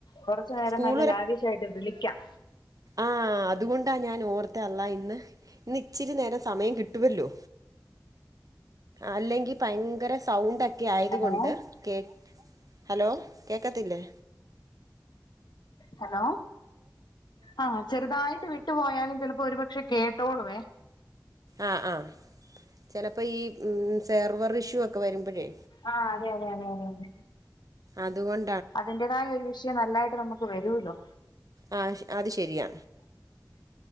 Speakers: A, on the left; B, on the right.
A: കൊറച്ചു നേരം
B: സ്കൂൾ
A: നല്ല ലാവിഷായിട്ട് വിളിക്കാം.
B: ആഹ് അതുകൊണ്ടാ ഞാൻ ഓർത്തേ. അള്ളാഹ് ഇന്ന്, ഇന്നിച്ചിരി നേരം സമയം കിട്ടുവല്ലോ? അല്ലെങ്കി ഭയങ്കര സൗണ്ടൊക്കെ ആയത്കൊണ്ട്
A: ഹലോ
B: കേക് ഹലോ കേക്കത്തില്ലേ?
A: ഹലോ? ആഹ് ചെറുതായിട്ട് വിട്ടുപോയാലും ചിലപ്പോ ഒരുപക്ഷെ കേട്ടോളുവേ.
B: ആഹ് ആഹ്. ചെലപ്പോ ഈ ഉം സെർവർ ഇഷ്യൂ ഒക്കെ വരുമ്പഴേ
A: ആഹ് അതെ അതെ അതെ അതെ അതേ.
B: അതുകൊൺ
A: അതിന്റെതായ ഒരു വിഷയം നന്നായിട്ട് നമുക്ക് വരൂലോ.
B: ആഹ് അത് ശരിയാ.